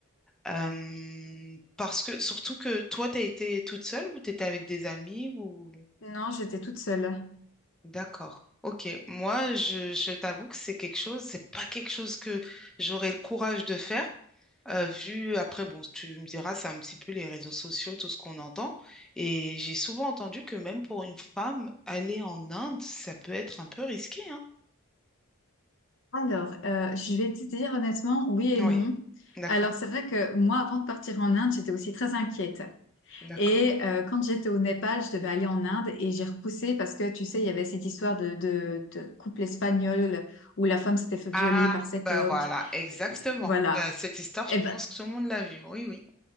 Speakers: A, in the centre; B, on the left.
A: Euh, parce que surtout que toi, t'as été toute seule ou t'étais avec des amis ou...
B: non, j'étais toute seule.
A: D'accord. Ok. Moi, je, je t'avoue que c'est quelque chose, c'est pas quelque chose que j'aurais le courage de faire. Euh, vu, après, bon, tu me diras, c'est un petit peu les réseaux sociaux, tout ce qu'on entend. Et j'ai souvent entendu que même pour une femme, aller en Inde, ça peut être un peu risqué, hein?
B: Alors, euh, je vais te dire honnêtement, oui et
A: Oui,
B: non.
A: d'accord,
B: Alors, c'est vrai que moi, avant de partir en Inde, j'étais aussi très inquiète.
A: d'accord.
B: Et euh, quand j'étais au Népal, je devais aller en Inde et j'ai repoussé parce que, tu sais, il y avait cette histoire de, de, de couple espagnol où la femme s'était fait violer
A: Ah,
B: par cet
A: bah
B: homme.
A: voilà, exactement.
B: Voilà.
A: Bah, cette histoire,
B: Et
A: je
B: ben,
A: pense que tout le monde l'a vue. Oui, oui,